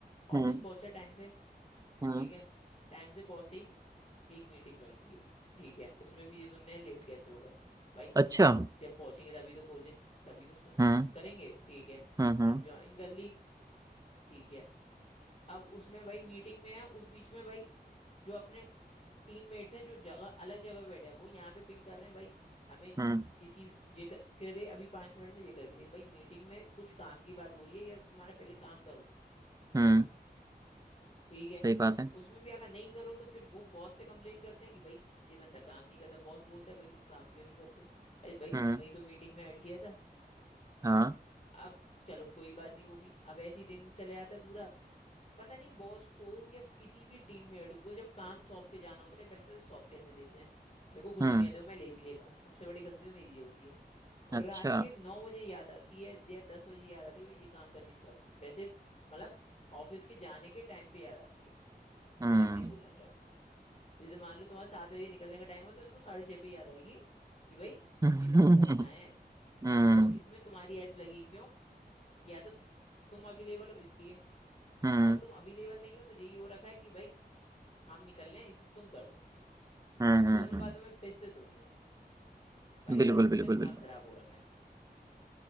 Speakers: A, on the right; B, on the left.
A: हम्म
B: ऑफिस पहुंचा टाइम से
A: हम्म
B: ठीक है टाइम से पहुंचते ही एक मीटिंग ज्वाइन की ठीक है उसमें भी ये सुनने हैं लेट कैसे हो गए भाई
A: अच्छा
B: जब पहुंचेंगे तभी तो खोलें तभी तो सु-
A: हम्म
B: करेंगे ठीक है
A: हम्म हम्म
B: अब ज्वाइन कर ली ठीक है अब उसमें भाई मीटिंग में है उस बीच में भाई जो अपने टीममेट्स हैं जो जगह अलग जगह पे बैठे हैं वो यहाँ पे पिंग कर रहे हैं भाई हमें
A: हम्म
B: ये चीज ये करके दे अभी पांच मिनट में ये करके दे भाई मीटिंग में कुछ काम की बात हो रही है या तुम्हारा पहले काम करूं
A: हम्म
B: ठीक है
A: सही बात है
B: उसमें भी अगर नहीं करो तो फिर वो बॉस से कंप्लेन करते हैं कि भाई ये बंदा काम नहीं करता बॉस बोलता है भाई तुम काम क्यों नहीं करते हो अरे भाई
A: हम्म
B: तुमने ही तो मीटिंग में ऐड किया था
A: हाँ
B: अब चलो कोई बात नहीं वो भी अब ऐसे ही दिन चले जाता है पूरा पता नहीं बॉस को या किसी भी टीममेट को जब काम सौंप के जाना होता है पहले तो ये सौंप कैसे देते हैं मेरे को कुछ
A: हम्म
B: भी नहीं आता मैं ले भी लेता हूँ सबसे बड़ी गलती तो मेरी ये होती है और
A: अच्छा
B: रात के नौ बजे याद आती है या दस बजे याद आती है भाई ये काम करके चलाओ वैसे मतलब ऑफिस के जाने के टाइम पे याद आती है
A: हम्म
B: मतलब ये बोलना चाहूँ जैसे मान लो तुम्हारा सात बजे निकलने का टाइम हो तो इनको साढ़े छह पे याद आएगी कि भाई
A: <laughs> हम्म
B: ये काम करना है
A: हम्म
B: और इसमें तुम्हारी हेल्प लगेगी क्यों या तो तुम अवेलेबल हो इसलिए
A: हम्म
B: और तुम अवेलेबल नहीं हो तो यही हो रखा है कि भाई हम निकल रहे हैं इसलिए तुम कर दो
A: हम्म हम्म,
B: दोनों बातों में पिसते तुम ही हो भाई
A: बिल्कुल
B: बस इसमें
A: बिल्कुल
B: दिमाग
A: बिल्कुल
B: खराब हो रखा है